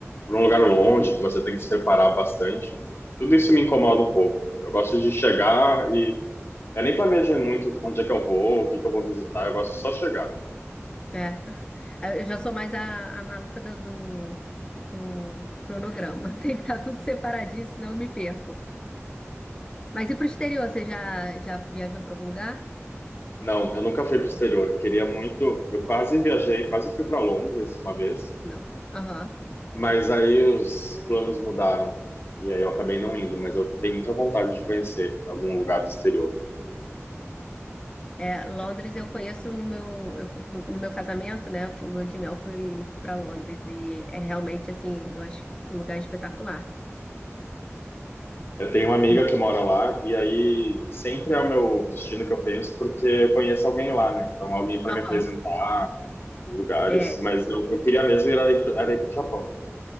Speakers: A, on the left (about 50°); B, on the left (about 15°).
A: para um lugar longe, que você tem que se preparar bastante, tudo isso me incomoda um pouco. Eu gosto de chegar e eu nem planejo muito onde é que eu vou, o que que eu vou visitar, eu gosto só de chegar.
B: né? Ah, Eu já sou mais a, a maluca do, do, do cronograma. <laughs> Tem que estar tudo separadinho, senão eu me perco. Mas e para o exterior? Você já, já viajou para algum lugar?
A: Não, eu nunca fui para o exterior. Eu queria muito. Eu quase viajei, quase fui para Londres uma vez,
B: Não. Aham.
A: mas aí os planos mudaram e aí eu acabei não indo. Mas eu tenho muita vontade de conhecer algum lugar do exterior.
B: É, Londres eu conheço no meu, eu fui pro- no meu casamento, né? Fui- No meu de mel fui, fui para Londres e é realmente assim, eu acho um lugar espetacular.
A: Eu tenho uma amiga
B: Muito.
A: que mora lá e aí sempre é o meu destino que eu penso porque eu conheço alguém lá, né? Então alguém para me
B: Aham.
A: apresentar lugares.
B: É,
A: Mas eu, eu queria mesmo ir aí, era ir para o Japão.